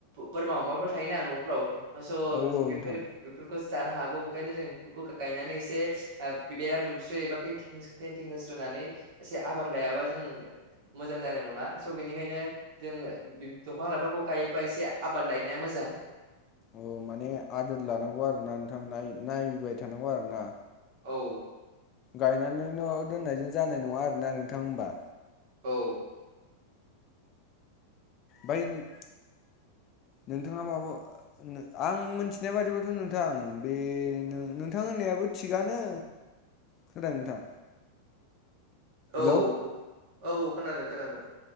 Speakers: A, on the right; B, on the left.
A: बोरमा अमाफोर थायोना न'फ्राव स'आ
B: औ औ
A: बेफोर
B: नोंथां
A: बे जानो हागौ ओंखायनो जों बि गायनानै एसे बिबरा दुमस्रियो एबा पेनथिं हो आबाद लायाब्ला एसे जों मोजां जानाय नंङा स' बिनिखायनो जोंङो दंफां लाइफांखौ गायोबा एसे आबाद लायनाया मोजां
B: अ माने आदोर लानांगौ आरो ना नोंथां नायबाय थानांगौ आरो ना
A: औ
B: गायनानैल' दोननायजों जानाय नंङा आरोना नोंथां होनोमबा
A: औ
B: औ <unintelligible> नोंथांङा माब आं मिथिनाय बादिबोथ' नोंथां बे नोंथां होननायाबो बेबो थिगानो खोनादों नोंथां
A: औ
B: हेलौ
A: औ खोनादों खोनादों।